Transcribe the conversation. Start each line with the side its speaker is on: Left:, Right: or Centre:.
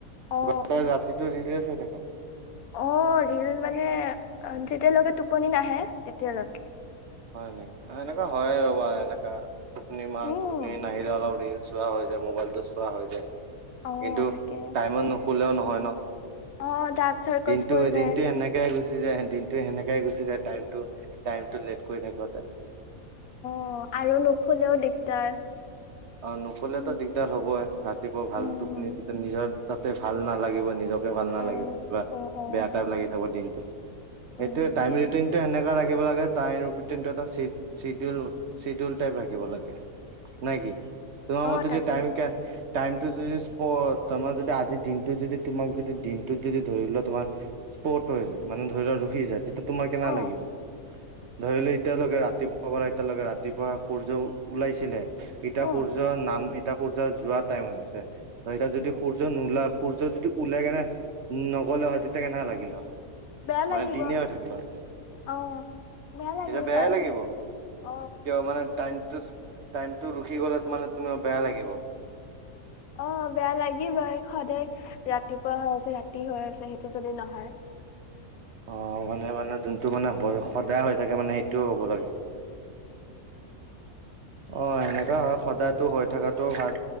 Left: অ
Right: গোটেই ৰাতিটো ৰীলে চাই থাকা?
Left: অ', ৰিল মানে যেতিয়ালৈকে টোপনি নাহে তেতিয়ালৈকে।
Right: হয় নেকি, এনেকা হয় ৰ'বা এনেকা টোপনি মা
Left: উম
Right: টোপনি নাহিলে অলপ ৰিল চোৱা হৈ যায় মোবাইলটো চোৱা হৈ যায়,
Left: অ
Right: কিন্তু
Left: তাকে
Right: টাইমত নুশলেও নহয় ন'?
Left: অ', ডাৰ্ক চাৰ্কলছ
Right: দিনটো
Left: পৰি যায়।
Right: <unintelligible> গুচি যায় দিনটো সেনেকাই গুচি যায় টাইম টাইম টো লেট কৰি থাকোঁতে। <inaudible>
Left: অ', আৰু নুসুলেও দিগদাৰ।
Right: অ', নুশুলে
Left: উম
Right: তো দিগদাৰ হ'বই ৰাতিপুৱা ভাল
Left: উম
Right: টোপনি নিজৰ তাতে ভাল নালাগিব নিজকে ভাল নালাগিব,
Left: অ
Right: কিবা
Left: অ অ
Right: বেয়া টাইপ লাগি থাকিব দিনটো। সেইটোয়ে
Left: উম
Right: টাইম ৰিটিন টো সেনেকুৱা ৰাখিব লাগে টাই ৰুটিনটো এটা চি-চিডিউল চিডিউল টাইপ ৰাখিব লাগে নে কি? তোমাৰ মতে
Left: অ তাকে
Right: টাইম কে টাইমটো যদি স্পট তাৰমানে যদি আজিৰ দিনটো যদি তোমাক যদি দিনটোত যদি ধৰি লোৱা তোমাৰ স্পট হৈ যায় মানে ধৰি লোৱা ৰখি যায়, তেতিয়া তোমাৰ কেনেকা
Left: অ
Right: লাগিব? ধৰি ল' এতিয়ালৈকে ৰাতিপুৱা পৰা এতিয়ালৈকে ৰাতিপুৱা সূৰ্য ওলাইছিলে। এতিয়া
Left: অ
Right: সূৰ্যৰ নাম ইটা সূৰ্য যোৱা টাইম হৈ গৈছে। এতিয়া যদি
Left: উম
Right: সূৰ্য নোলা সূৰ্য যদি ওলাই কেনে নগ'লে হয় তেতিয়া কেনেকা লাগিলে হয়?
Left: বেয়া
Right: মানে
Left: লাগিব
Right: দিনে হৈ থাকিল হয়
Left: অ'। বেয়া লাগিল
Right: তেতিয়া বেয়াই
Left: হয়
Right: লাগিব,
Left: অ
Right: কিয় মানে টাইম টোচ টাইমটো ৰখি গ'লে মানে তোমাৰ বেয়া লাগিব
Left: অ বেয়া লাগিবই সদায় ৰাতিপুৱা হৈ আছে ৰাতি হৈ আছে সেইটো যদি নহয়
Right: অ মানে মানে যোনটো মানে হৈ সদায় হৈ থাকে মানে সেইটোৱে হ'ব লাগে অ সেনেকা হয় সদায় টো হৈ থকাটোও ভাল